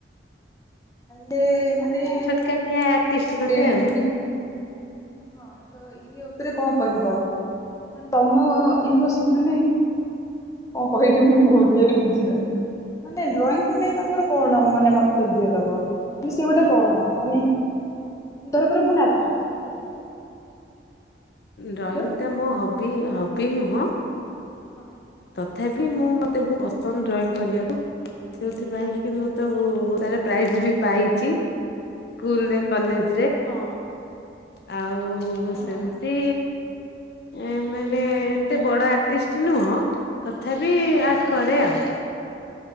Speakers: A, on the left; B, on the left.
A: ତାହଲେ ମାନେ
B: ଛୋଟକାଟିଆ ପିଷ୍ଟ ଗୋଟେ
A: ବେ
B: ଆଉ।
A: ପି ହଁ ତ ଇଏ ଉପରେ କଣ କହିବ? ମାନେ ତମ ଇମୋସ୍ ମାନେ କଣ କହିିବି ମୁଁ ମୁଁ <unintelligible> ବୁଝିପାରୁନି। ମାନେ ଡ୍ରଇଂ କୁ ନେଇ ତମର କଣ ମାନେ ମନ୍ତବ୍ୟ ଦବ? ମାନେ ସେ ଗୋଟେ କଣ ମାନେ ଧର କିଏ ଗୋଟେ ମୁଁ ନାଚୁଚି ହେଲା
B: ଡ୍ରଇଂଟା
A: ହ୍ୟାଲୋ
B: ମୋ ହବି ହବି ନୁହଁ।
A: ହଁ।
B: ତଥାପି ମୁଁ ମତେ ବହୁତ ପସନ୍ଦ ଡ୍ରଇଂ କରିବାକୁ ସେଇଥିପାଇଁ କି ମୁଁ ତ ମୁଁ ମୁଁ ତାର ପ୍ରାଇଜ୍ ବି ପାଇଚି ସ୍କୁଲରେ କଲେଜ୍
A: ହଁ।
B: ଆଉ
A: ହଁ
B: ସେମତି ଏ ମାନେ ଏତେ ବଡ ଆର୍ଟିଷ୍ଟ ନୁହଁ ତଥାପି ଆର୍ଟ କରେ ଆଉ।